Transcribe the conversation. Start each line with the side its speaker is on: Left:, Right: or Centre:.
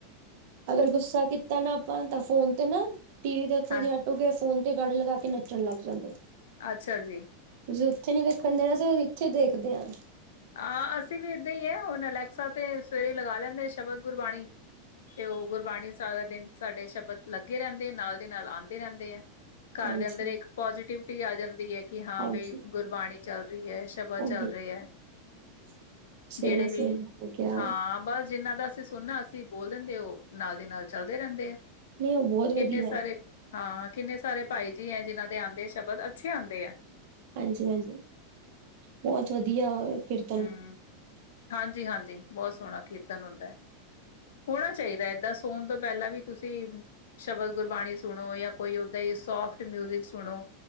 Right: ਅਗਰ ਗੁੱਸਾ ਕੀਤਾ ਨਾ ਆਪਾਂ ਤਾਂ ਫੋਨ ਤੇ ਨਾ ਟੀ ਵੀ ਦੇ ਉੱਥੋਂ
Left: ਹਾਂ
Right: ਹਟ ਅ ਉ ਕਏ ਫੋਨ ਤੇ ਗਾਣੇ ਲਗਾ ਕੇ ਨੱਚਣ ਲੱਗ ਜਾਂਦੇ।
Left: ਅੱਛਾ ਜੀ।
Right: ਤੁਸੀਂ ਉੱਥੇ ਨੀ ਵੇਖਣ ਦੇਣਾ ਅਸੀਂ ਇੱਥੇ ਵੇਖਦੇ ਆਂ।
Left: ਹਾਂ, ਅਸੀਂ ਵੀ ਇੱਦਾਂ ਈ ਐ, ਹੁਣ ਅਲੈਕਸਾ ਤੇ ਸਵੇਰੇ ਈ ਲਗਾ ਲੈਂਨੇ ਐ ਸ਼ਬਦ-ਗੁਰਬਾਣੀ। ਤੇ ਓਹ ਗੁਰਬਾਣੀ ਸਾਰਾ ਦਿਨ, ਸਾਡੇ ਸ਼ਬਦ ਲੱਗੇ ਰੈੰਦੇ ਏ ਨਾਲ। ਤੇ ਨਾਲ ਆੰਦੇ ਰੈੰਦੇ ਐ, ਘੱਰ
Right: ਹਾਂਜੀ
Left: ਦੇ ਅੰਦਰ ਏਕ ਪੋਜੀਟਿਵਿਟੀ ਆ ਜਾਂਦੀ ਐ। ਕਿ ਹਾਂ
Right: ਹਾਂਜੀ
Left: ਬਈ ਗੁਰਬਾਣੀ ਚੱਲ ਰੀ ਐ, ਸ਼ਬਦ
Right: ਉਹੀ
Left: ਚੱਲ ਰਏ ਐ।
Right: <inaudible>
Left: ਜੇੜੇ ਵੀ
Right: ਸਵੇਰੇ ਹੋ ਗਿਆ
Left: ਹਾਂ ਬਸ ਜਿੰਨਾ ਦਾ ਅਸੀਂ ਸੁਣਨਾ, ਅਸੀਂ ਬੋਲ ਦਿੰਦੇ ਓ ਨਾਲ ਦੀ ਨਾਲ ਚਲਦੇ ਰੈੰਦੇ ਐ।
Right: ਨਹੀਂ ਉਹ ਬਹੁਤ
Left: ਕਿੰਨੇ
Right: ਵਧੀਆ
Left: ਸਾਰੇ
Right: ਹੈ।
Left: ਹਾਂ, ਕਿੰਨੇ ਸਾਰੇ ਭਾਈ ਜੀ ਐ ਜਿਨਾਂ ਦੇ ਆੰਦੇ ਐ ਸ਼ਬਦ, ਅੱਛੇ ਆੰਦੇ ਐ।
Right: ਹਾਂਜੀ ਹਾਂਜੀ, ਬਹੁਤ ਵਧੀਆ ਐ ਕਿਰਤ
Left: ਹੂ, ਹਾਂਜੀ-ਹਾਂਜੀ, ਬਹੁਤ ਸੋਣਾ ਕੀਰਤਨ ਹੁੰਦੈ। ਹੋਣਾ ਚਾਈਦਾ ਐ, ਏਦਾਂ ਸੋਣ ਤੋਂ ਪੈਹਲਾਂ ਵੀ ਤੁਸੀਂ ਸ਼ਬਦ ਗੁਰਬਾਣੀ ਸੁਣੋ ਯਾ ਕੋਈ ਓਦਾਂ ਈ ਸੋਫਟ ਮਿਊਜਿਕ ਸੁਣੋ।